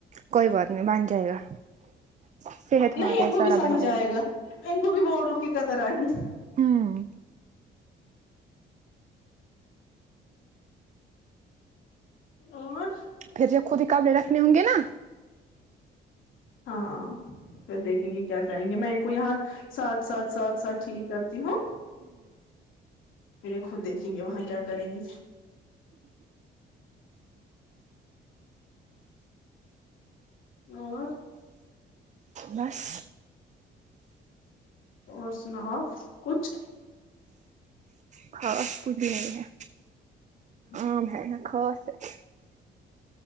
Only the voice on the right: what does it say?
کوئی بات نہیں بان جائے گا صحت ہونا
چاہیے
سارا
بن جائے
ہوں
پھر جب خود ہی کپڑے رکھنے ہوں گے نا
بس
خاص کچھ بھی نہیں ہے
<unintelligible>